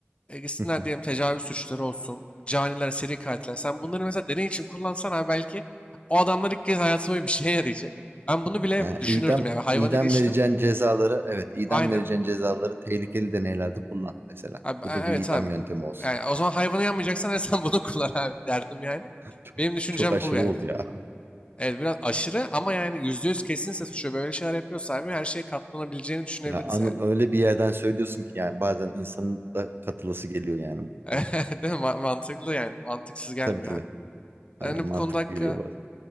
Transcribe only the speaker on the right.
Hı hı.
Ha,
idam,
idam
vereceğin cezaları evet idam
vereceğin cezaları tehlikeli deneylerde kullan mesela.
Bu
da bir idam
yöntemi olsun.
<laughs> Çok,
çok aşırı
oldu ya.
Ya Anıl
öyle bir yerden söylüyorsun ki yani bazen insanın da katılası geliyor yani bu
duruma.
Tabii tabii.
Aynen
mantıklı
geliyor bazen.